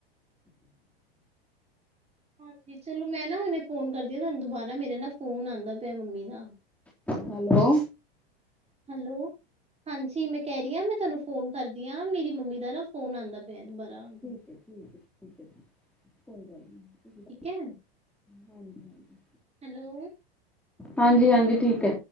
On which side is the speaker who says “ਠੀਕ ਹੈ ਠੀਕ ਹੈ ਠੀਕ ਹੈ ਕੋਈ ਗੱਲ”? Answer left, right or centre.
Centre